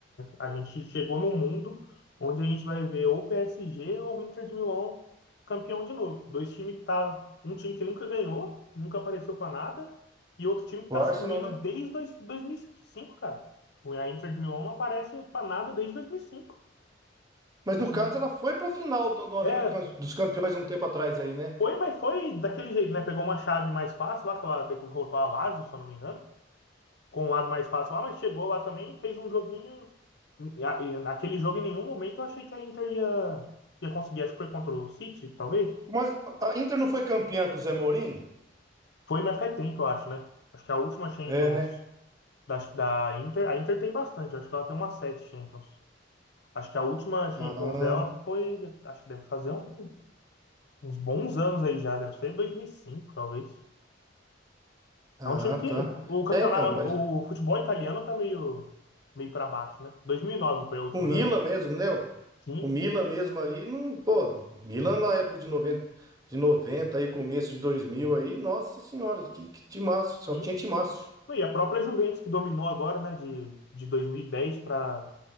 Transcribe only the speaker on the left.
a gente chegou num mundo onde a gente vai ver ou PSG ou Inter de Milão campeão de novo. Dois times que tá, um time que nunca ganhou, nunca apareceu para nada, e outro time que tá
sumido
desde dois- 2005, cara. O- A Inter de Milão não aparece para nada desde 2005.
O
time-
É,
foi, mas foi daquele jeito, né? Pegou uma chave mais fácil lá, que ela derrotou a Lazio, se eu não me engano. com o lado mais fácil lá, mas chegou lá também, fez um joguinho. e a- e Naquele jogo, em nenhum momento, eu achei que a Inter ia, ia conseguir. Acho que foi contra o City, talvez.
Foi, mas faz tempo, eu acho, né? Acho que é a última Champions
da, da Inter. A Inter tem bastante, eu acho que ela tem umas sete Champions. Acho que a última Champions
dela foi. Acho que deve fazer um- uns bons anos aí já, deve ser 2005 talvez.
É um time
que. O campeonato.
O futebol italiano tá meio, meio para baixo, né? dois mil e nove foi a última
da.
Sim.
Sim.
E a própria Juventus que dominou agora, né, de, de 2010 para